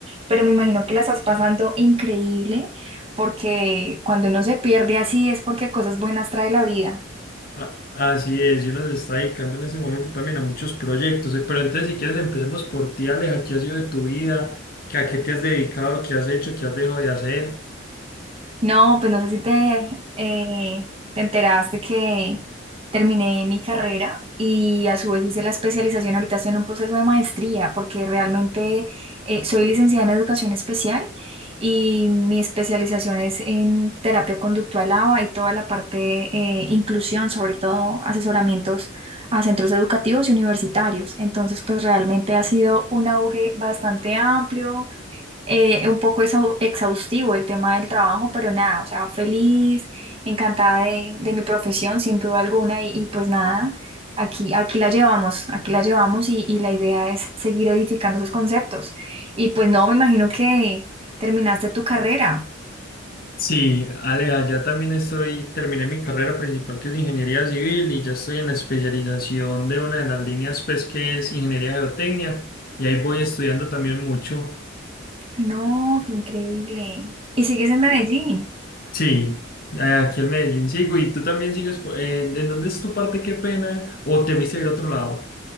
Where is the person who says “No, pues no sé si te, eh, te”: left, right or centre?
Right